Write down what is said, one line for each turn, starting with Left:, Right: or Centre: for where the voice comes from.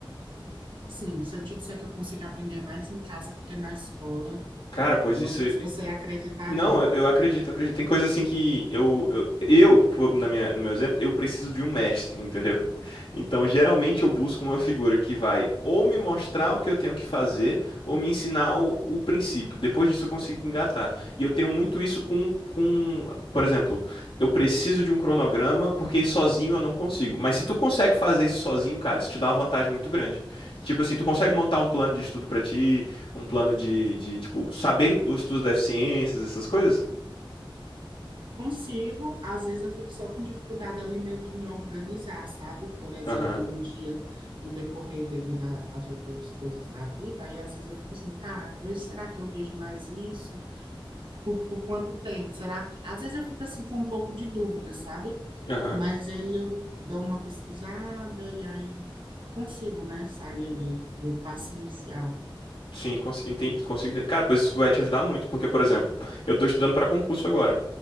Right: Sim, se eu te disser que eu consigo aprender mais em casa do que na escola,
Left: Cara, pois
Right: não
Left: isso,
Right: sei se você acreditaria.
Left: Não, eu, eu acredito, eu acredito. Tem coisa assim que eu, eu, eu, pô, na minha, no meu exemplo, eu preciso de um mestre, entendeu? <laughs> Então, geralmente eu busco uma figura que vai ou me mostrar o que eu tenho que fazer, ou me ensinar o, o princípio. Depois disso eu consigo engatar. E eu tenho muito isso com, com, por exemplo, eu preciso de um cronograma porque sozinho eu não consigo. Mas se tu consegue fazer isso sozinho, cara, isso te dá uma vantagem muito grande. Tipo assim, tu consegue montar um plano de estudo pra ti, um plano de, de, tipo, saber os tuas deficiências, essas coisas?
Right: Consigo, às vezes eu fico só com dificuldade ali meio que me organizar, sabe? Por exemplo,
Left: Aham,
Right: no dia, no decorrer devido a- às outras coisas da vida, aí às vezes eu fico assim, tá, hoje será que eu vejo mais isso? Por, por quanto tempo? Será que. Às vezes eu fico assim com um pouco de dúvida, sabe?
Left: aham.
Right: Mas aí eu dou uma pesquisada e aí consigo, né? Sair ali do passo inicial.
Left: Sim, cons enten- consigo entender. Cara, pois isso vai te ajudar muito, porque, por exemplo, eu tô estudando pra concurso agora.